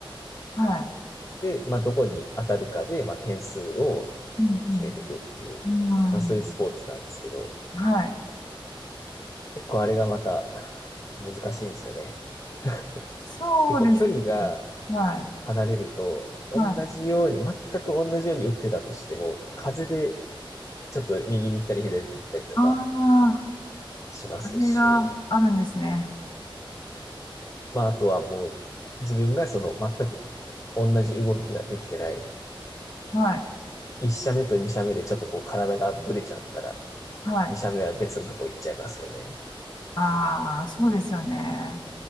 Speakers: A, on the left; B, on the left.
A: は
B: で、まあ、どこに当たるかで、まあ、点数を
A: い、うん、
B: 決めていくっていう、
A: うん、
B: まあ、そういうスポーツなんですけど、
A: うんはい。
B: 結構あれがまた難しいんですよね。<laughs>
A: そうです。
B: 結構距離が
A: は
B: 離れると、同じように、
A: い、はい。
B: 全く同じように打ってたとしても、風でちょっと右に行ったり左に行ったりとか
A: ああ、
B: しますし、
A: あれがあるんですね。
B: まああとはもう自分がその全く同じ動きができてない、
A: はい。
B: 一射目と二射目でちょっとこう体がぶれちゃったら、
A: はい。
B: 二射目は別のとこ行っちゃいますよね。
A: ああ、そうですよね。